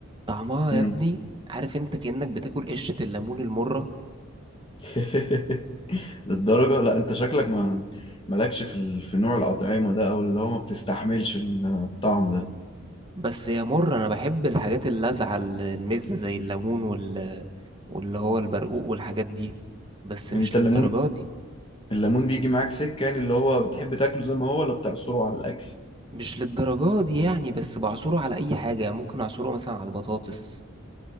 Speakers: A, on the right; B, on the left.
A: طعمها
B: مم.
A: يا ابني عارف انت كأنك بتاكل قشرة الليمون المرة
B: <laughs> للدرجة لا انت شكلك ما مالكش في ال... في نوع الأطعمة ده او اللي هو ما بتستحملش الطعم ده
A: بس هي مر انا بحب الحاجات اللاذعه ال- المزه زي الليمون وال واللي هو البرقوق والحاجات دي بس
B: يعني
A: مش
B: انت
A: للدرجه
B: الليمون
A: دي
B: الليمون بيجي معاك سكة يعني اللي هو بتحب تاكله زي ما هو ولا بتعصره على الأكل
A: مش للدرجه دي يعني بس بعصره على اي حاجه يعني ممكن اعصره مثلا على البطاطس